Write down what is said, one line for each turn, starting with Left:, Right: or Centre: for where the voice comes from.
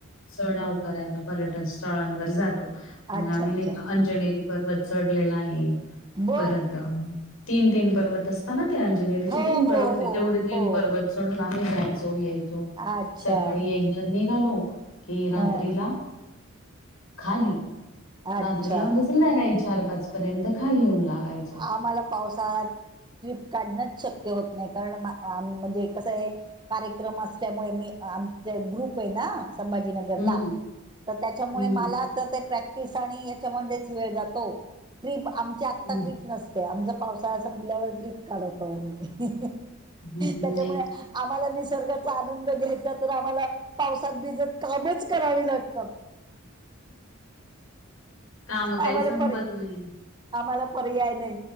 Left: सडाव करायला पर्यटन स्थळांवर जातो. मग
Right: अच्छा
Left: आम्ही
Right: अच्छा
Left: नाही
Right: अच्छा
Left: का अंजनी पर्वत चढलेला आहे.
Right: बर
Left: परत तीन तीन पर्वत असं. च ना ते अंजनेरीचे
Right: हो
Left: तीन
Right: हो
Left: पर्वत आहेत.
Right: हो
Left: तेवढे तीन
Right: हो
Left: पर्वत,
Right: हो
Left: चढून आम्ही जायचो यायचो,
Right: अच्छा
Left: सकाळी एकदा निघालो. कि रात्रीला
Right: हा
Left: खाली.
Right: अच्छा
Left: रात्रीला म्हणजे, संध्याकाळी चार पाच पर्यंत खाली येऊन लागायचो.
Right: आम्हाला पावसाळ्यात ट्रिप काढणंच शक्य होत नाही. कारण आ म्हणजे कसं ये. कार्यक्रम असल्यामुळे मी आमचा ग्रुप आहे ना, संभा जीनगरला
Left: हम्म
Right: तर त्यांच्यामुळे
Left: हम्म
Right: मला, तर प्रॅक्टिस आणि हेचा मध्येच वेळ जातो. ट्रिप आमची.
Left: हम्म
Right: आता ट्रीप नसते, आमचं पावसाळा संपल्यावर ट्रीप काढवतो आम्ही.
Left: हम्म
Right: त्यांच्यामुळे
Left: नाही
Right: आम्हाला निसर्गाचा आनंद घेताच तर आम्हाला पावसात भिजत कामचं करावे लागतात.
Left: काम काही
Right: आम्हाला
Left: संपत
Right: पर
Left: नाही.
Right: आम्हाला. पर्याय नाही